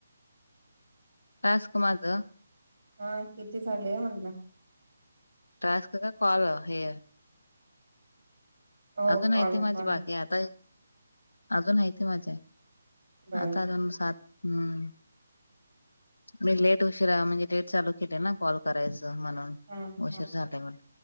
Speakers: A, on the left; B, on the right.
A: टस्क माझं.
B: हा किती झालेय म्हणल.
A: टस्क का कॉल हे.
B: हो
A: अजून
B: कॉल
A: आहे ते माझी
B: कॉल
A: बाकी आता, अजून आहे ते माझे.
B: बर
A: आता दोन सात हम्म. मी लेट उशिरा म्हणजे लेट चालू केले ना कॉल करायचं म्हणून.
B: हम्म.
A: उशीर झालं